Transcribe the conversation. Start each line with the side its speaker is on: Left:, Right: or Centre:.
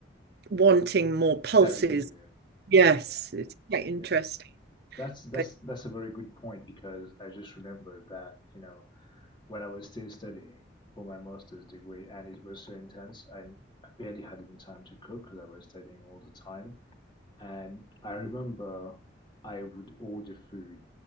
Right: wanting more pulses."
Left: telling you.
Right: Yes,
Left: Yeah.
Right: it's quite interesting.
Left: yeah. That's that's
Right: But
Left: that's a very good point because I just remembered that, you know, when I was still studying for my master's degree and it was so intense, I I barely had any time to cook because I was studying all the time. And I remember I would order food